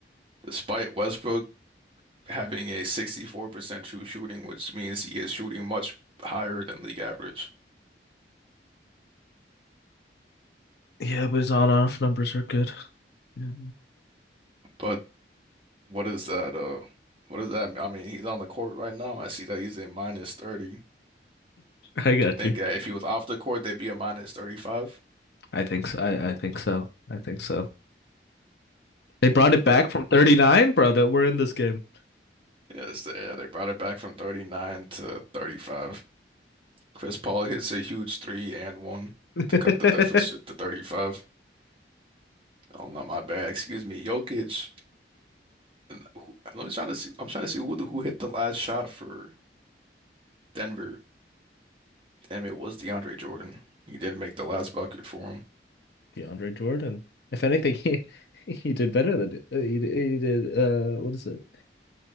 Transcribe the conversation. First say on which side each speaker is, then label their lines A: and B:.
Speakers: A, on the right; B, on the left.
A: Despite Westbrook having a 64% true shooting, which means he is shooting much higher than league average.
B: Yeah, but his on-off numbers are good. Yeah.
A: But what is that? Uh, what does that? mean? I mean, he's on the court right now. I see that he's in minus 30.
B: I got
A: Do you think
B: you.
A: that if he was off the court, they'd be a minus 35? <laughs>
B: I think so. I, I think so. I think so. They brought it back from 39, bro, that we're in this game.
A: Yes, they, yeah, they brought it back from 39 to 35. Chris Paul hits a huge three and one to
B: <laughs>
A: cut the deficit to 35. Oh, not my bad. Excuse me, Jokic. And who- Let me trying to see. I'm trying to see who the- who hit the last shot for Denver. Damn, it was DeAndre Jordan. He did make the last bucket for him.
B: DeAndre Jordan. If anything, he he did better than uh, he, did- he did. Uh, what is it?